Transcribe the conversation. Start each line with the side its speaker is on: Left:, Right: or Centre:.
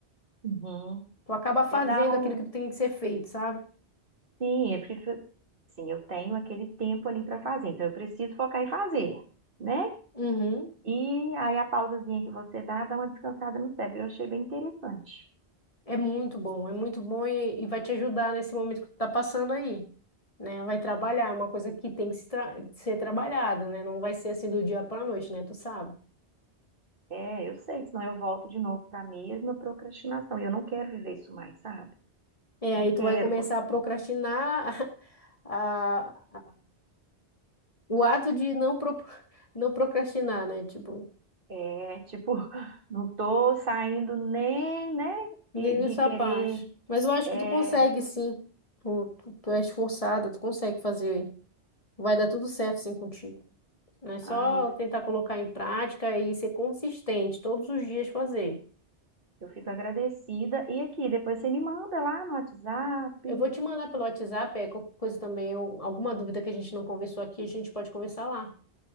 Right: Uhum.
Left: Tu acaba fazendo
Right: É dar um.
Left: aquilo que tu tem que ser feito, sabe?
Right: Sim, é porque, assim, eu tenho aquele tempo ali para fazer, então eu preciso focar em fazer, né?
Left: Uhum.
Right: E aí a pausazinha que você dá, dá uma descansada no cérebro. Eu achei bem interessante.
Left: É muito bom, é muito bom e, e vai te ajudar nesse momento que tu tá passando aí, né? Vai trabalhar, é uma coisa que tem que se tra- ser trabalhada, né? Não vai ser assim do dia pra noite, né? Tu sabe?
Right: É, eu sei, senão eu volto de novo para a mesma procrastinação. E eu não quero viver isso mais, sabe?
Left: É,
Right: Não
Left: aí
Right: quero,
Left: tu vai começar
Right: porque
Left: a procrastinar <laughs> a, a- o ato de não, pro, <laughs> não procrastinar, né? Tipo,
Right: é tipo, <laughs> não tô saindo nem, né,
Left: nem
Right: de,
Left: nessa
Right: de querer.
Left: parte. Mas eu acho
Right: É,
Left: que tu consegue, sim. Tu, tu, tu é esforçada, tu consegue fazer. Vai dar tudo certo, sim, contigo. É só
Right: ai, eu fico,
Left: tentar colocar em prática e ser consistente, todos os dias fazer.
Right: eu fico agradecida. E aqui, depois você me manda lá no WhatsApp.
Left: Eu vou te mandar pelo WhatsApp, é, qualquer coisa também, ou alguma dúvida que a gente não conversou aqui, a gente pode conversar lá,